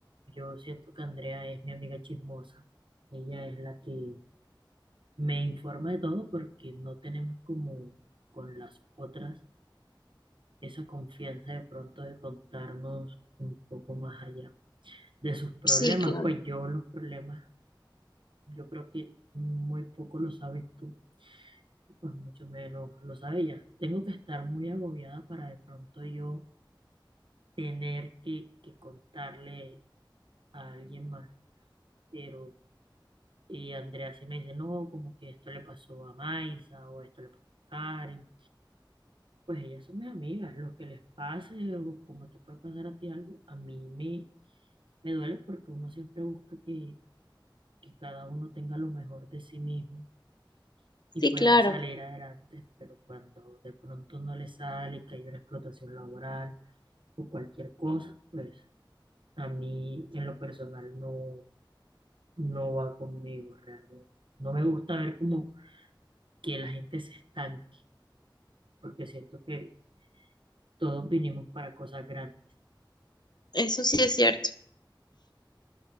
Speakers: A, on the right; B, on the left.
A: yo siento que Andrea es mi amiga chismosa. Ella es la que me informa de todo porque no tenemos como con las otras esa confianza de pronto de contarnos un poco más allá de sus problemas.
B: Sí, claro.
A: Pues yo los problemas, yo creo que muy poco lo sabes tú pues mucho menos lo sabe ella. Tengo que estar muy agobiada para de pronto yo tener que, que contarle a alguien más. Pero, y Andrea sí me dice, no, como que esto le pasó a Maisa o esto le pasó a Karen. Pues ellas son mis amigas, lo que les pase o como te puede pasar a ti algo, a mí me, me duele porque uno siempre busca que, que cada uno tenga lo mejor de sí mismo
B: Sí,
A: y puedan
B: claro.
A: salir adelante, pero cuando de pronto no les sale, que hay una explotación laboral, o cualquier cosa, pues a mí en lo personal no, no va conmigo realmente. No me gusta ver como que la gente se estanque, porque siento que todos vinimos para cosas grandes.
B: Eso sí es cierto.